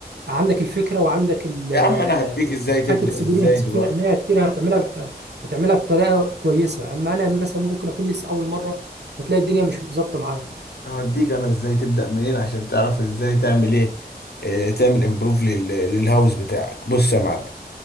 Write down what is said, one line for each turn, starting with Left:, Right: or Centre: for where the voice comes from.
Right: عندك الفكرة وعندك ال
Left: يا
Right: آه،
Left: عم انا هديك ازاي تبدأ
Right: خدت اكسبيرينس
Left: ازاي دلوقتي
Right: في منها كتير هتعملها ب- آه، هتعملها بطريقة كويسة أما أنا مثلا ممكن أكون لسه أول مرة فتلاقي الدنيا مش ظابطة معايا
Left: هديك انا ازاي تبدأ منين عشان تعرف ازاي تعمل ايه آه، تعمل امبروف للهاوس بتاعك بص يا معلم